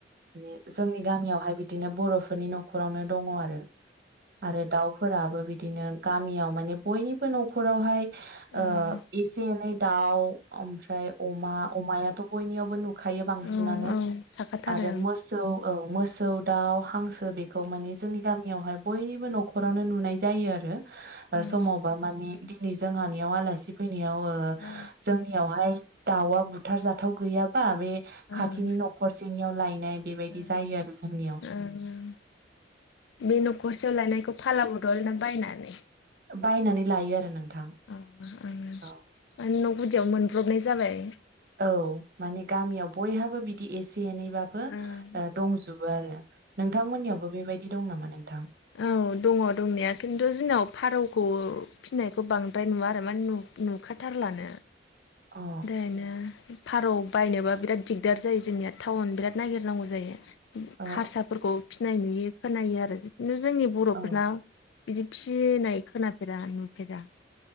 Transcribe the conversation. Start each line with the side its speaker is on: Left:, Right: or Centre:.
Right: ने जोंनि गामियावहाय बिदिनो बर'फोरनि न'खरावनो दङ आरो। आरो दाउफोराबो बिद दिनो गामियाव माने बयनिबो न'खरावहाय
Left: ओं
Right: ओ एसे एनै दाउ ओमफ्राय अमा अमायाथ' बयनियावबो नुनो खायो बांसिनानो
Left: ओं ओं थाखाथारो
Right: आरो मोसौ औ मोसौ दाउ हांसो ओ बेखौ माने जोंनि गामियावहाय बयनिबो न'खरावनो नुनाय जायो आरो।
Left: ओं
Right: ओ समावबा माने दिनै जोंहानियाव आलासि फैनायाव ओ
Left: ओं
Right: जोंनियावहाय दाउआ बुथार जाथाव गैयाबा बे खाथिनि
Left: ओं
Right: न'खरसेनियाव लायनाय बेबायदि
Left: ओं
Right: जायो आरो जोंनियाव
Left: ओं बे न'खरसे लायनायखौ फाला बदल ना बायनानै?
Right: बायनानै लायो आरो नोंथां।
Left: उम माने
Right: औ
Left: न' गुदियाव मोनब्रबनाय जाबाय।
Right: औ माने गामियाव बयहाबो बिदि एसे एनैबाब बो
Left: ओं
Right: ओ दंजोबो आरो नोंथांमोननियावबो बेबायदि दं नामा नोंथां?
Left: औ दङ दंनाया खिन्थु जोंनाव फारौखौ फिनायखौ बांद्राय नुवा आरो मान नुब नुखाथारलानो।
Right: अ
Left: दायनो फारौ बायनोबा बिराद दिगदार जायो जोंनिया टाउन बिराद नागिरनांगौ जायो।
Right: अ
Left: हारसाफोरखौ फिनाय नुयो खोनायो आरो जिु जोंनि बर'फोरना
Right: औ
Left: बिदि फिनाय खोनाफेरा नुफेरा।